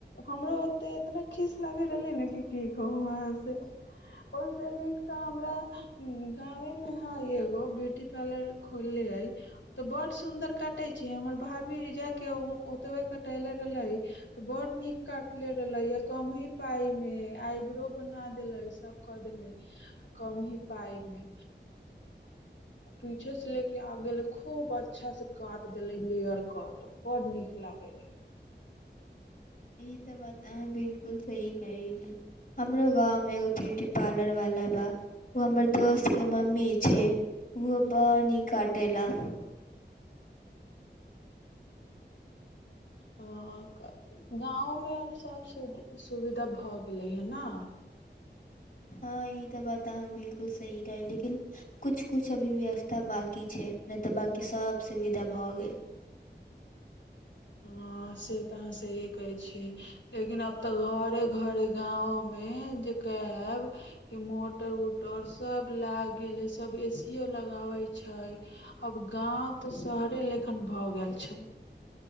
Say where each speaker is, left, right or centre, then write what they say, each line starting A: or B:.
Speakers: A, on the left (about 80°); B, on the left (about 45°).
A: हमरो ओते इतना खिस लागे रहले ने कि की कहू अहाँ के ओसे नीक तऽ हमरा गांवे मे है एगो ब्यूटी पार्लर खोलले हइ तऽ बड सुंदर कटे छी हमर भाभी जा के ओतबे कटेले रहले त बड नीक काटले रहले य कम ही पाई मे आइब्रो बना देलेस सब क देले कम ही पाय मे पीछे से ले के आ गेले खूब अच्छा से काट देले लेयर कट बड नीक लागे रहै
B: ई तऽ बात अहाँ बिलकुल सही कहिली हमरो गाँव मे एगो बि टी पार्लर वाला बा ओ हमर दोस्त के मम्मी छै ओ बड नीक काटेला
A: हँ गाँवमे आब सभ सु सुविधा भऽ गेलै हे ने
B: हँ ई तऽ बात अहाँ बिलकुल सही कहै लेकिन कुछ कुछ अभी व्यस्त तऽ बाकी छैय नहि तऽ बकी सभ सुविधा भऽ गेल
A: हँ से तऽ अहाँ सहए कहै छियै लेकिन आब तऽ घरे घरे गाँवोमे जे कहयब कि मोटर उटर सभ लागि गेल हइ सभ ए सीओ लगाबै छैय आब गाँव तऽ शहरे लेखन भऽ गेल छैय